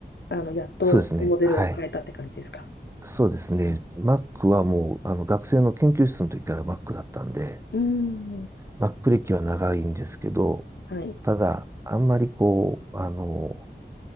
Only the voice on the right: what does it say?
そうですね。はい。そうですね。Mac はもう、あの、学生の研究室の時から Mac だったんで、
Mac 歴は長いんですけど、
ただ、あんまりこう、あの、